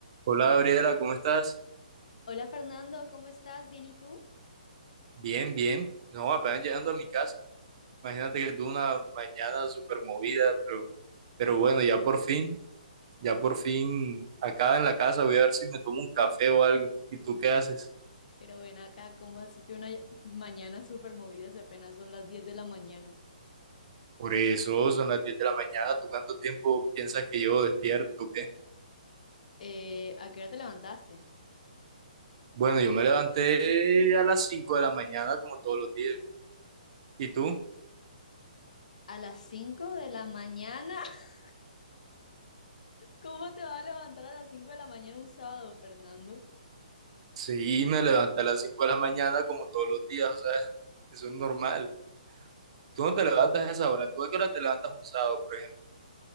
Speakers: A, on the right; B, on the left.
A: Hola Gabriela, ¿cómo estás?
B: Hola Fernando, ¿cómo estás? ¿Bien y tú?
A: Bien, bien. No, apenas llegando a mi casa. Imagínate que tuve una mañana súper movida, pero, pero bueno, ya por fin, ya por fin acá en la casa voy a ver si me tomo un café o algo. ¿Y tú qué haces?
B: Pero ven acá, ¿cómo así que una mañana súper movida si apenas son las 10 de la mañana?
A: Por eso son las 10 de la mañana. ¿Tú cuánto tiempo piensas que llevo despierto o qué?
B: Eh, ¿a qué hora te levantaste?
A: Bueno, yo me levanté a las 5 de la mañana como todos los días. ¿Y tú?
B: ¿A las 5 de la mañana? <laughs> ¿Cómo te vas a levantar a las 5 de la mañana un sábado, Fernando?
A: Sí, me levanté a las 5 de la mañana como todos los días, o sea, <laughs> eso es normal. Tú no te levantas a esa hora. ¿Tú a qué hora te levantas un sábado, por ejemplo?